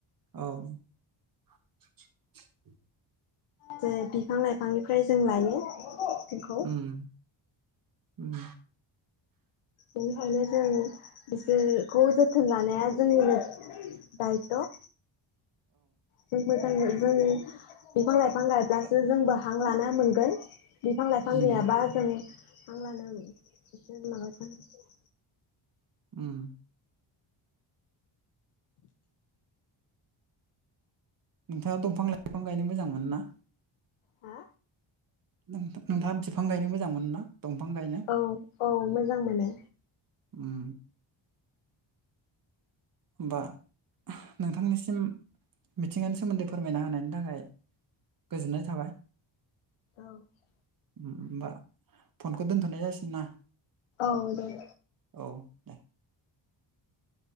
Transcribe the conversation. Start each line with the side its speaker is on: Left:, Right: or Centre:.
Right: औ
Left: जे बिफां लाइफांनिफ्राय जों लायो। बेखौ
Right: उम उम
Left: बेनिखायनो जों बिसोरखौ जोथोन लानाया जोंनिनो दायथ'। जों मोजाङै जों बिफां लाइफां गायब्लासो जोंबो हां लाना मोनगोन बिफां लाइफां
Right: उम
Left: गैयाबा जों हां लानो बिसोर माबाजानो
Right: उम नोंथाङा दंफां लाइफां गायनो मोजां मोनो ना?
Left: हा
Right: नोंथां नोंथाङा बिफां गायनो मोजां मोनो ना? दंफां गायनो?
Left: औ औ मोजां मोनो।
Right: उम होमबा नोंथांनिसिम मिथिंगानि सोमोन्दै फोरमायना होनायनि थाखाय गोजोननाय थाबाय।
Left: औ
Right: उम बा फनखौ दोन थ'नाय जासिगोन ना
Left: औ दे
Right: औ दे। <inaudible>